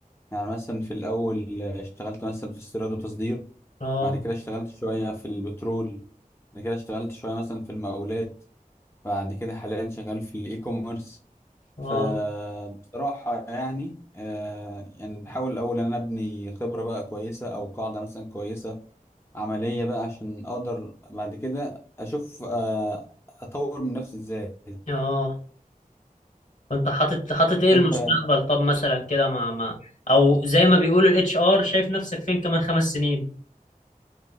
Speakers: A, on the left; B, on the left.
A: يعني مثلا في الأول اشتغلت مثلا في استيراد وتصدير
B: اه
A: بعد كده اشتغلت شوية في البترول بعد كده اشتغلت شوية مثلا في المقاولات بعد كده حاليا شغال في الإي كوميرس
B: اه
A: فبصراحة يعني آه يعني بحاول الأول إن أنا أبني خبرة بقى كويسة أو قاعدة مثلا كويسة عملية بقى عشان أقدر بعد كده أشوف آه أطور من نفسي إزاي.
B: اه وانت حاطط حاطط ايه المستقبل
A: انت
B: طب مثلا كده ما ما او زي ما بيقول الاتش ار شايف نفسك فين كمان خمس سنين